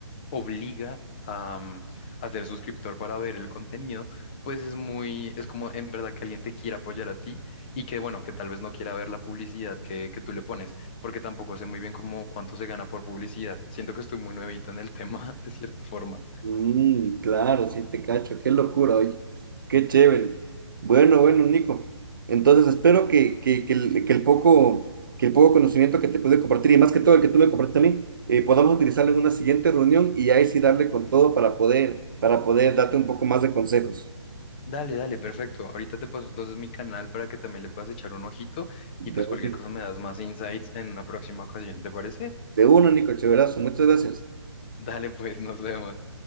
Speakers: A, on the left; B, on the right.
A: obliga a, mm, a ser suscriptor para ver el contenido, pues es muy, es como en verdad que alguien te quiera apoyar a ti y que bueno, que tal vez no quiera ver la publicidad que, que tú le pones, porque tampoco sé muy bien cómo cuánto se gana por publicidad. Siento que estoy muy nuevito en el tema, <laughs> de cierta forma.
B: Mm, claro, sí te cacho, qué locura, oye, qué chévere. Bueno, bueno, Nico. Entonces espero que, que, que el, que el poco, que el poco conocimiento que te pude compartir y más que todo el que tú me compartiste a mí, eh, podamos utilizarlo en una siguiente reunión y ahí sí darle con todo para poder, para poder darte un poco más de consejos.
A: Dale, dale, perfecto. Ahorita te paso entonces mi canal para que también le puedas echar un ojito
B: De
A: y pues cualquier
B: uno,
A: cosa me das más insights en una próxima ocasión, ¿te parece?
B: de uno, Nico, chéverazo, muchas gracias.
A: Dale, pues nos vemos.